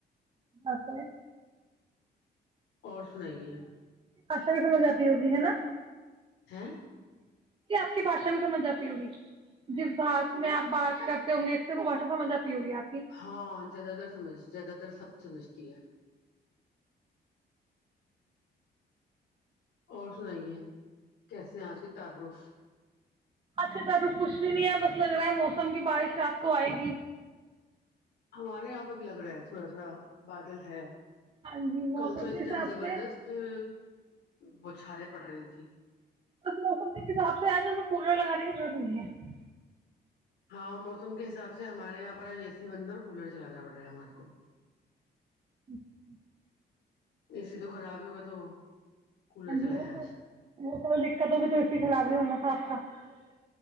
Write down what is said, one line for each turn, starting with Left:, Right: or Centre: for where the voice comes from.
Right: آپ <unintelligible>
Left: اور سنائیے
Right: آشا بھی سمجھ آتی ہوگی ہے نا <unintelligible>
Left: ہاں <unintelligible>
Right: اس آپ کی بھشا بھی سمجھ آتی ہوگی جس بات میں آپ بات کرتے ہوں گے اس سے وہ بھاشا سمجھ آتی ہوگی آپ کی
Left: ہاں زیادہ تر سمجھ زیادہ تر سب سمجھتی ہے <unintelligible> اور <unintelligible> سنائیے کیسے ہیں آج کی تعارف <unintelligible>
Right: اچھا تو ابھی کچھ بھی نہیں ہے بس لگ رہا ہے موسم کی بارش رات کو آئے گی
Left: ہمارے یہاں پہ بھی لگ رہا ہے تھوڑا تھوڑا بادل ہے
Right: ہاں جی موسم
Left: کل تو
Right: کے
Left: اس ٹائم
Right: حساب
Left: زبردست
Right: سے
Left: ا بوچھاریں پڑ رہی تھیں
Right: بس موسم کے حساب سے آج ہمیں کولر لگانے کی ضرورت نہیں ہے
Left: ہاں موسم کے حساب سے ہمارے یہاں پر آ اے سی بن ہے اور کولر چلانا پڑ رہا ہے ہمارے کو
Right: اچ <unintelligible>
Left: اے سی تو خراب ہی ہوگا تو کولر
Right: ہ
Left: چلایا
Right: جی وہ
Left: آج
Right: سل وہ کل دقت ہوگی تو اسسی خراب ہی ہونا تھا آپ کا <unintelligible>